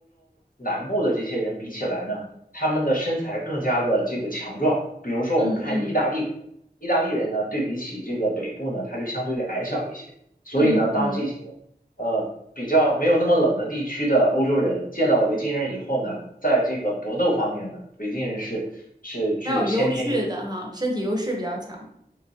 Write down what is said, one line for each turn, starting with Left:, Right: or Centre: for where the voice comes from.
Left: 南部的这些人比起来呢，他们的身材更加的这个强壮。比如说我们看意大利人，
Right: 嗯嗯
Left: 意大利人呢，对比起这个北部呢，他就相对于矮小一些，所以呢，
Right: 嗯，
Left: 当这些
Right: 比
Left: 呃比较没有那么冷的地区的欧洲人见到了维京人以后呢，在这个搏斗方面呢，维京人是是具有先天优
Right: 较有优势的哈，身体优势比较强，